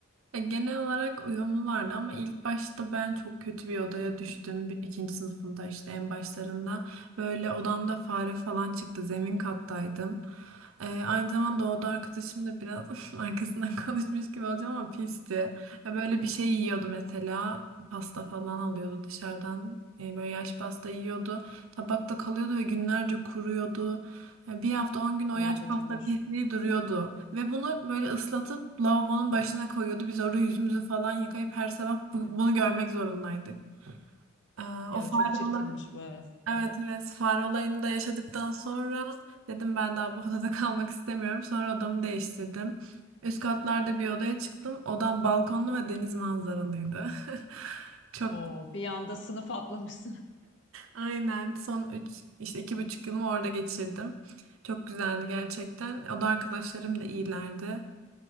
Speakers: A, on the right; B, on the left.
A: Ya genel olarak uyumlulardı ama ilk başta ben çok kötü bir odaya düştüm. Bir- ikinci sınıfında işte en başlarında böyle odamda fare falan çıktı. Zemin kattaydım. Ee, aynı zamanda o oda arkadaşım da biraz <laughs> arkasından konuşmuş gibi olacağım ama pisti. Ya böyle bir şey yiyordu mesela. Pasta falan alıyordu dışarıdan. Ee, böyle yaş pasta yiyordu. Tabakta kalıyordu ve günlerce kuruyordu. Yani Bir hafta 10 gün o
B: O
A: yaş
B: kötüymüş.
A: pasta pisliği duruyordu. Ve bunu böyle ıslatıp lavabonun başına koyuyordu. Biz orada yüzümüzü falan yıkayıp her sabah bu- bunu görmek zorundaydık. Ee,
B: Yo,
A: o fare
B: çok çirkinmiş
A: olayı,
B: bu evet. Evet.
A: evet evet fare olayını da yaşadıktan sonra dedim ben daha bu odada <laughs> kalmak istemiyorum. Sonra odamı değiştirdim. Üst katlarda bir odaya çıktım. Odam balkonlu ve deniz manzaralıydı. <laughs> Çok
B: Oo, bir anda sınıf atlamışsın. <laughs>
A: Aynen son 3 işte iki buçuk yılımı orada geçirdim. Çok güzeldi gerçekten. O da arkadaşlarım da iyilerdi.